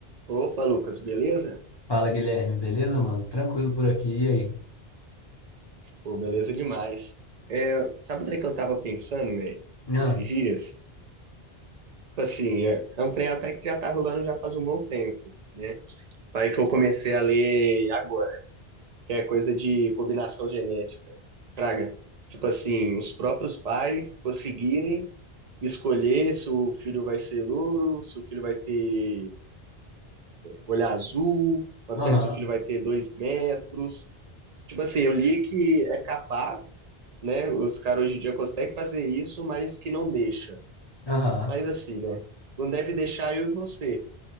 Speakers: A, on the right; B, on the left.
A: Opa, Lucas, beleza?
B: Fala, Guilherme, beleza, mano? Tranquilo por aqui, e aí?
A: Pô, beleza demais. É, sabe o trem que eu tava pensando, velho,
B: Ah,
A: esses dias? Tipo assim, é, é um trem até que já tá rolando já faz um bom tempo, né? Aí que eu comecei a ler agora, que é coisa de combinação genética. Fraga. Tipo assim, os próprios pais conseguirem escolher se o filho vai ser louro, se o filho vai ter olho azul, quanto
B: Aham,
A: é, se o filho vai ter dois metros, Tipo assim, eu li que é capaz, né? Os caras hoje em dia conseguem fazer isso, mas que não deixa.
B: aham.
A: Mas assim, né? Não deve deixar eu e você,